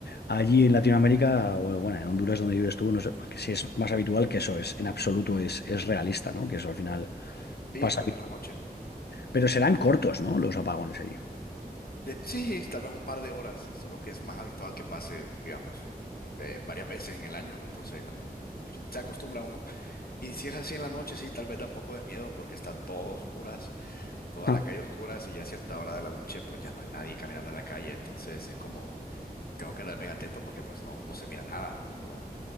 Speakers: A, on the left (about 85°); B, on the left (about 65°).
A: allí en Latinoamérica, o bueno, en Honduras donde vives tú, no sé, porque si es más habitual que eso es, en absoluto es, es realista, ¿no? Que eso al final
B: sí,
A: pasa
B: bueno, en la noche.
A: pero serán cortos, ¿no? Los apagones allí.
B: De, sí, tal vez un par de horas, solo que es más habitual que pase, digamos, eh, varias veces en el año. Entonces, como se acostumbra uno. Y si es así en la noche, sí, tal vez da un poco de miedo porque está todo oscuro toda
A: Ah,
B: la calle oscura, si ya a cierta hora de la noche, pues ya no hay nadie caminando en la calle, entonces es como, tengo que andar bien atento porque pues no, no se mira nada, no,